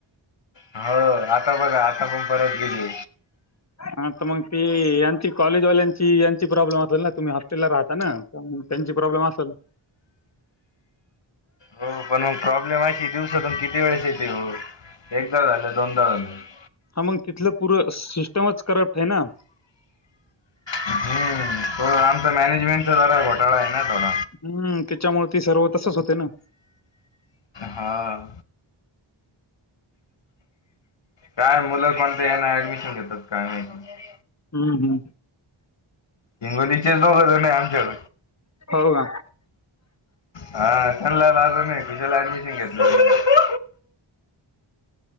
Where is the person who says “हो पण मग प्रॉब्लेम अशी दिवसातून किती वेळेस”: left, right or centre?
Left